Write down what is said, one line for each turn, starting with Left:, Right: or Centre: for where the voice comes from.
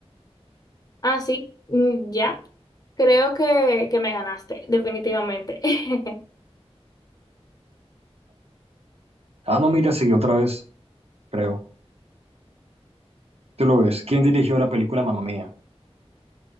Left: Ah, sí, mm, ya. Creo que, que me ganaste, definitivamente. <laughs>
Right: Ah, no, mira, siguió otra vez, creo. Tú lo ves. ¿Quién dirigió la película Mamma Mía?